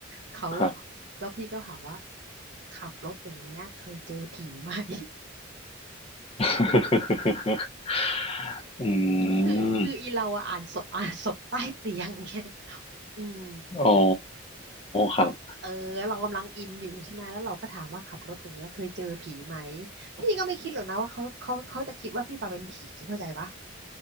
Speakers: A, on the right (about 55°); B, on the left (about 30°).
A: เขา
B: ครับ
A: แล้วพี่ก็ถามว่าขับรถอย่างเงี้ยเคยเจอผีไหม <laughs>
B: <laughs> อื
A: คือคืออีเราอะอ่านศพอ่านศพใต้เตียงไง
B: ม
A: อืม
B: อ๋อครับ
A: เออเรากำลังอินอยู่ใช่ไหมแล้วเราก็ถามว่าขับรถอย่างเงี้ยเคยเจอผีไหมพี่ก็ไม่คิดหรอกนะว่าเขาเขาเขาจะคิดว่าพี่ปาเป็นผีเข้าใจปะ